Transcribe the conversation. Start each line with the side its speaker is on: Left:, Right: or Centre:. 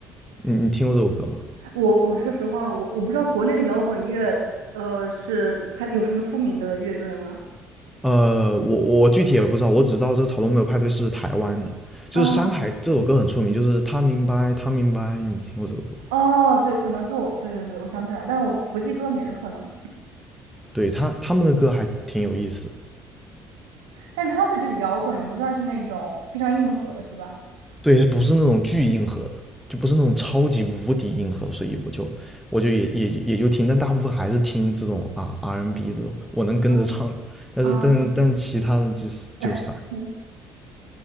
Centre: 你你听过这首歌吗？
Right: 我我说实话，我我不知道国内的摇滚乐，呃，是它有什么出名的乐队吗？
Centre: 呃，我我具体也不知道，我只知道这个草东没有派对是台湾的，就是《山海》这首歌很出名，
Right: 啊，
Centre: 就是他明白他明白，你听过这首歌？
Right: 哦，对，可能是我，对对对，我想起来，但是我不记歌名儿，可能，
Centre: 对他他们的歌还挺有意思，
Right: 但是他们的这个摇滚也不算是那种非常硬核的，是吧？
Centre: 对，它不是那种巨硬核的，就不是那种超级无敌硬核，所以我就我就也也也就听，但大部分还是听这种啊 R&B n 这种我能跟着唱的，
Right: 嗯
Centre: 但是但但其他的就是就算。
Right: 嗯，哎嗯，